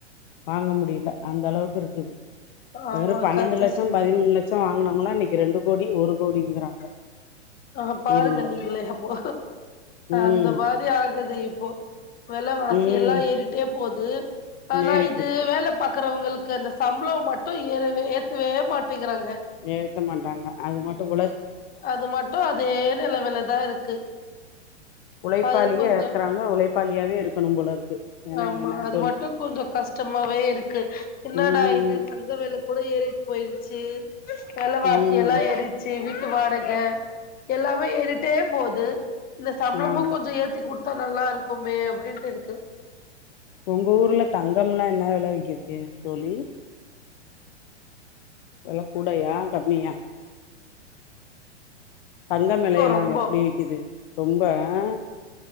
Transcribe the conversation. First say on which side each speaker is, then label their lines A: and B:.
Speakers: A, on the left; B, on the left.
A: வாங்க முடிய ல அந்த அளவுக்கு இருக்குது
B: ஆமா
A: வெறு பன்னெண்டு
B: கரெக்டா
A: லட்சோ
B: சொல்லுங்க
A: பதிமூணு லட் சோ வாங்கினவங்களா இன்னைக்கு ரெண்டு கோடி ஒரு கோடிங்கிறாங்க
B: ஆ பாருங்க
A: வீடுங்கள
B: நீங்களே இப்போ
A: ம்
B: அந்த மாரி ஆகுது இப்போ வெலவாசி
A: ம்
B: எல்லா ஏறிட்டே போது ஆனா
A: ஏறி
B: இது
A: போச்சு
B: வேல பாக்குறவுங்களுக்கு அந்த சம்பளோ மட்டு ஏறவே ஏத்தவே மாட்டேங்கிறாங்க
A: ஏத்த மாட்டாங்க அது மட்டு உள்ள
B: அது மட்டு அதே நெலமைலதா இருக்கு
A: உழைப்பாளியா
B: அது கொஞ்சோ
A: இருக்கிறவங்க உழைப்பாளியாவே இருக்கணு போலருக்கு என்ன
B: ஆமா
A: <inaudible>
B: அது மட்டு கொஞ்சோ கஷ் டமாவே இருக்கு என்னாடா
A: ம் ம்
B: இது தங்க வெல கூட ஏறிட்டு போயிருச்சு வெலைவாசியெல்லா
A: ம் ம்
B: ஏறிச்சு வீட் டு வாடக எல்லாமே ஏறிட்டே போது இந்த சம்பளமு
A: ஆமா
B: கொஞ்சோ ஏத்தி குடுத் தா நல்லா இருக்குமே அப்டின்ட்டு இருக்கு
A: ஒங்க ஊர்ல தங்கம்லா என்னா வெல விக்குது தோழி வெல கூடயா கம்மியா தங்கம் வெலையெல்லா
B: ரொம்போ
A: எப்டி விக்குது ரொம்ப ஆ